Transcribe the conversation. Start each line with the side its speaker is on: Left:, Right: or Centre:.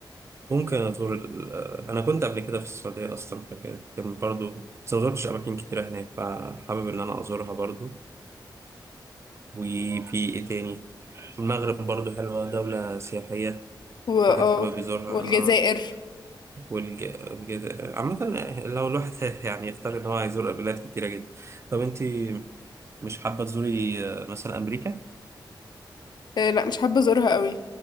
Right: ممكن أزور ال- أنا كنت قبل كده في السعودية أصلا فكانت كان برضو بس ما زرتش أماكن كتيرة هناك فحابب إن أنا أزورها برضو وفي إيه تاني المغرب برضو حلوة دولة سياحية
Left: واه
Right: واحد حابب يزورها
Left: والجزائر
Right: آه والج... الجز- عامة لو الواحد <laughs> يعني يختار إن هو هيزور بلاد كتيرة جدا طب أنت مش حابة تزوري آه، مثلا أمريكا؟
Left: آه، لا مش حابة ازورها قوي